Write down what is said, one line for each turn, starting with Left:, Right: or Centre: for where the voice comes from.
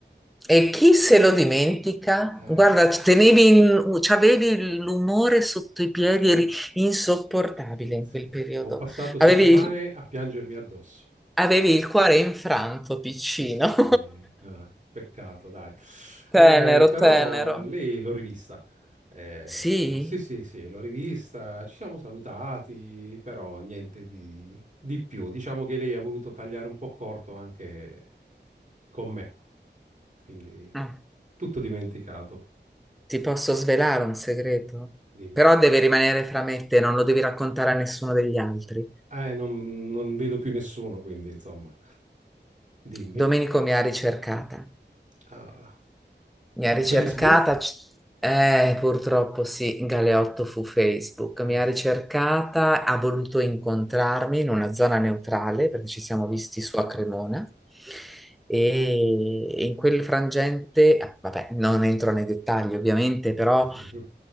Centre: E chi se lo dimentica?
Right: Eh,
Centre: Guarda, ci tenevi in- c'avevi l'umore sotto i piedi,
Right: mm,
Centre: eri insopportabile in
Right: sì.
Centre: quel periodo.
Right: Ho passato settimane
Centre: Avevi,
Right: a piangermi addosso.
Centre: avevi il cuore infranto, piccino.
Right: Sì,
Centre: <laughs>
Right: vabbè, peccato, dai.
Centre: Tenero,
Right: Eh, però
Centre: tenero.
Right: lei l'ho rivista. Eh,
Centre: Sì?
Right: sì, sì, sì, l'ho rivista, ci siamo salutati, però niente di, di più. Diciamo che lei ha voluto tagliare un po' corto anche con me, quindi
Centre: Ah,
Right: tutto dimenticato,
Centre: ti posso svelare un segreto?
Right: dimmi.
Centre: Però deve rimanere fra me e te, non lo devi raccontare a nessuno degli altri.
Right: Eh, non, non vedo più nessuno, quindi insomma, dimmi.
Centre: Domenico mi ha ricercata.
Right: Ah,
Centre: Mi
Right: su
Centre: ha ricercata,
Right: Facebook?
Centre: c- eh, purtroppo sì, Galeotto fu Facebook,
Right: Eh
Centre: mi ha
Right: sì.
Centre: ricercata, ha voluto incontrarmi in una zona neutrale perché ci siamo visti su a Cremona e in quel frangente, eh, vabbè, non entro nei dettagli ovviamente, però
Right: Mm.